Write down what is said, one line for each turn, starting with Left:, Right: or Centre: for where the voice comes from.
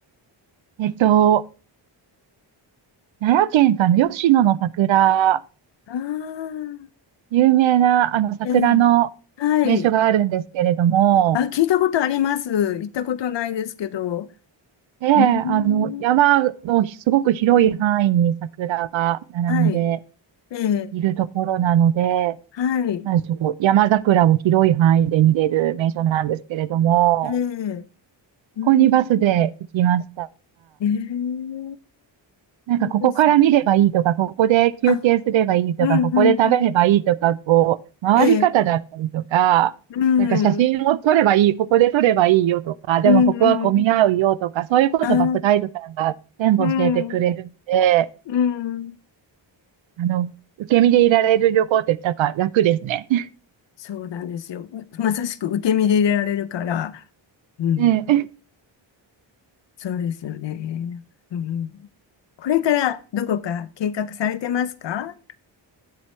Right: えっと、奈良県かの吉野の桜、
Left: ああー、
Right: 有名なあの桜の名所があるんですけれども、
Left: ええはい。あ、聞いたことあります。行ったことないですけど。
Right: で、あの山のすごく広い範囲に桜が並んで
Left: うーん、はい。ええ
Right: いるところなので、
Left: はい。
Right: なんでしょう、こう山桜を広い範囲で見れる名所なんですけれども、
Left: ええうーん
Right: ここにバスで行きました。
Left: ええ
Right: なんかここから見ればいいとか、
Left: いいですね。
Right: ここで休憩すればいいとか、
Left: あ、うんうんうん。
Right: ここで食べればいいとか、こう、回り方だったりとか、
Left: ええ、うん、
Right: なんか写真を撮ればいい、ここで撮ればいいよとか、
Left: うんうん。
Right: でもここは混み合うよとか、そういうことバスガイドさんが全部教えてくれるんで、
Left: あ、うん、うん。
Right: あの、受け身でいられる旅行ってなんか楽ですね。<laughs>
Left: そうなんですよ。まさしく受け身で入れられるから、うん、
Right: ねえ
Left: そうですよね。うん。これからどこか計画されてますか